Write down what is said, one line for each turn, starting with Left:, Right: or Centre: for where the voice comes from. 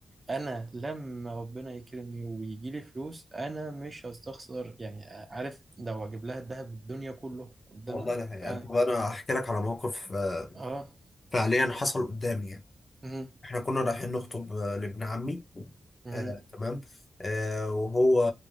Right: انا لما ربنا يكرمني ويجي لي فلوس انا مش هستخسر يعني عارف لو اجيب لها الذهب الدنيا كله قدامها
Left: والله ده حقيقة
Right: انا
Left: طب انا احكي لك على موقف آه،
Right: اه
Left: فعليا حصل قدامي يعني
Right: مم.
Left: احنا كنا رايحين نخطب آه، لابن عمي
Right: مم.
Left: آه تمام آه وهو